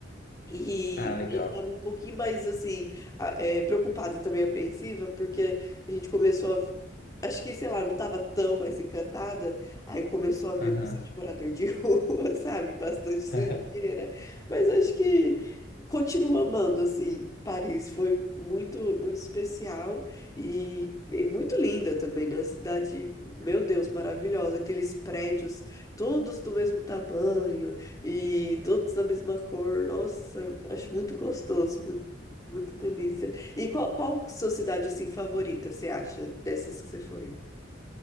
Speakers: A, on the left (about 20°); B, on the left (about 55°).
A: E
B: Ah, legal.
A: eles estavam um pouquinho mais assim, a- é, preocupada também, apreensiva, porque a gente começou a. vi- Acho que, sei lá, não tava tão mais encantada. Aí começou a ver
B: Aham.
A: bastante morador de <laughs> rua, sabe? Bastante sujeira.
B: <laughs>
A: Mas acho que continuo amando, assim, Paris. Foi muito, muito especial e, e muito linda também, né? Cidade, meu Deus, maravilhosa. Aqueles prédios todos do mesmo tamanho e todos da mesma cor. Nossa, acho muito gostoso, muito, muito delícia. E qual, qual sua cidade assim favorita, você acha, dessas que você foi?